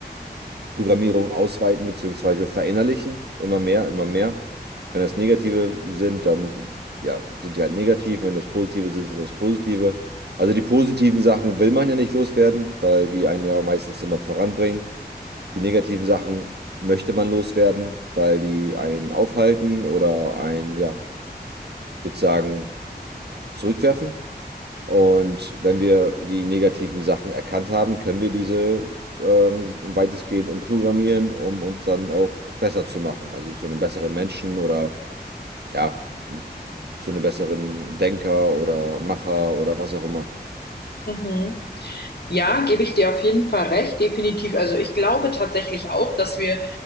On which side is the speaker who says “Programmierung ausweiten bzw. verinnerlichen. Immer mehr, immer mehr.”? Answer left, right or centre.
Right